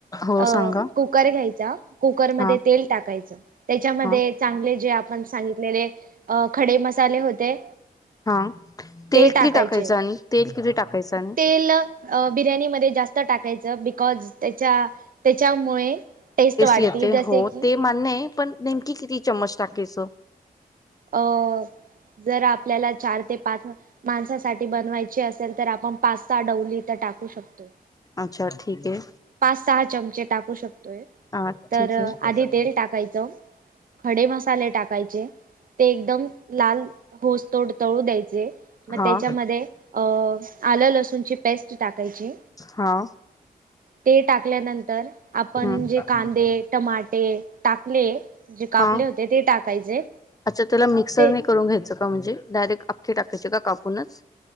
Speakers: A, on the left; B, on the right.
A: हो
B: अ
A: सांगा
B: कुकर घ्यायचा कुकरमध्ये
A: हा
B: तेल टाकायचं त्याच्यामध्ये
A: हा
B: चांगले जे आपण सांगितलेले खडे मसाले होते
A: हा तेल
B: ते टाकायचे
A: किती टाकायचं आणि तेल किती टाकायचां आणि
B: तेल अ बिर्याणीमध्ये जास्त टाकायचं बिकॉज त्याच्या त्याच्यामुळे टेस्ट वाढती
A: येते
B: जसे
A: हो
B: की
A: ते मान्य पण नेमकी किती चमच टाकायच
B: अ जरा आपल्याला चार ते पाच माणसासाठी बनवायची असेल तर आपण पास्ता डवली तर टाकू शकतो
A: अच्छा ठीक आहे
B: पाच सहा चमचे टाकू शकतोय
A: हा
B: तर
A: ठीक आहे
B: आधी तेल टाकायचं खडे मसाले टाकायचे ते एकदम लाल होस तोडतळू द्यायचे मग
A: हा
B: त्याच्यामध्ये अ आलं लसूणची पेस्ट टाकायचे
A: हा
B: ते टाकल्यानंतर आपण
A: हम्म
B: जे कांदे टमाटे टाकले जे कापले
A: हा
B: होते ते टाकायचे
A: अच्छा त्याला मिक्सरने
B: ते
A: करून घ्यायचं का म्हणजे डायरेक्ट अख्खे टाकायचे कापूनच